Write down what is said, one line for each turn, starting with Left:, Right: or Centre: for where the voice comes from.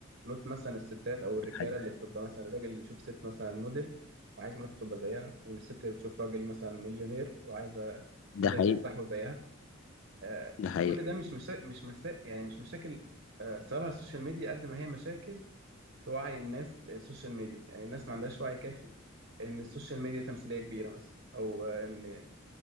Right: نقطه مثلا الستات او الرجاله
Left: ده حقيقي
Right: اللي بتبقى مثلا الراجل اللي بيشوف ست مثلا موديل وعايز مراته تبقى زيها والست اللي بتشوف راجل مثلا مليونير وعايزه
Left: ده
Right: جوزها
Left: حقيقي
Right: يفسحه زيها آه
Left: ده
Right: انت
Left: حقيقي
Right: كل ده مش مشا... مش مسا... يعني مش مشاكل آه سببها السوشيال ميديا قد ما هي مشاكل في وعي الناس للسوشيال ميديا يعني الناس ما عندهاش وعي كافي ان السوشيال ميديا تمثيليه كبيره مثلا او ان